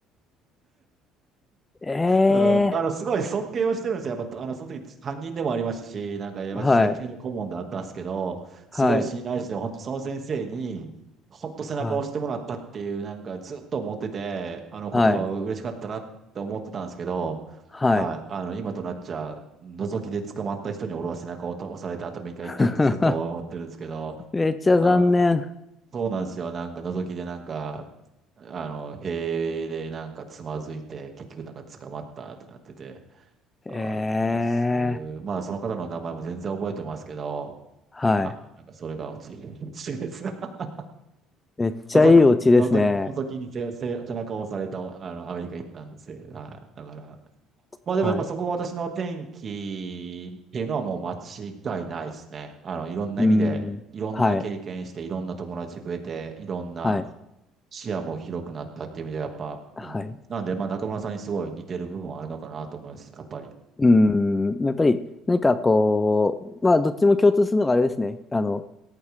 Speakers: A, on the left; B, on the right.
A: ー、<laughs>
B: うん、あの、
A: ええ
B: すごい尊敬はしてるんですよ。やっぱ、あの、その時担任でもありましたし、なんか、私、
A: ー、はい。
B: 野球の顧問であったんですけど、すごい信頼して、
A: はい。
B: 本当その先生に、本当背中を押してもらったっていう、
A: はい。
B: なんか、ずっと思ってて、あの言葉は嬉しかったなって思ってたんですけど、
A: はい。はい。
B: はい、あの、今となっちゃ、覗きで捕まった人に俺は背中を押押されて頭一回いったってずっと思ってるんですけど、
A: <laughs> めっちゃ残念。
B: あ、そうなんですよ。なんか、覗きでなんか、あの、塀でなんかつまずいて、結局なんか捕まったってなってて、
A: ええ
B: あー、なんかす、まあその方の名前も全然覚えてますけど、
A: ー、はい。
B: はい。なんかそれが落ち、落ちです。<laughs>
A: めっちゃいいオチですね。
B: 覗き、覗き、覗きに背、背、背中を押された、あの、アメリカ行ったんですよ。はい。だから。まあでもやっぱそこは私の天気っていうのはもう間違いないですね。
A: はい。
B: あの、いろんな意味で、
A: うん。
B: いろんな経験して、
A: はい。
B: いろんな友達増えて、いろんな
A: はい。
B: 視野も広くなったっていう意味ではやっぱ、
A: はい。
B: うん。なんで、まあ中村さんにすごい似てる部分はあるのかなと思います。やっぱり。
A: うん。やっぱり、何かこう、まあ、どっちも共通するのがあれですね。あの、